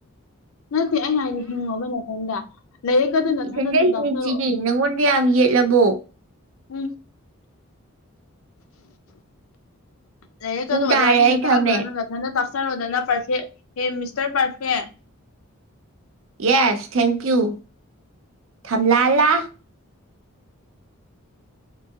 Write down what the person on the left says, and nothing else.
ꯅꯠꯇꯦ ꯑꯩꯅ ꯍꯥꯏꯗꯤ ꯍꯤꯡꯉꯨꯕ ꯅꯊꯟꯗ ꯂꯩꯔꯛꯀ ꯑꯗꯨꯝ ꯅꯊꯟꯗ
ꯑꯗꯨꯝ
ꯇꯥꯛꯆꯔꯛꯑꯣ
ꯎꯝ ꯂꯥꯏꯔꯤꯛ
ꯀ ꯑꯗꯣ ꯑꯣꯖꯥꯁꯤꯡꯅ
ꯇꯥꯛꯍꯜꯂꯨꯔꯅꯨ
ꯅꯥꯊꯟꯅ ꯇꯥꯛꯆꯔꯣꯗꯅ ꯄꯥꯔꯐꯦꯛ ꯍꯦ ꯃꯤꯁꯇꯔ ꯄꯥꯔꯐꯦꯛ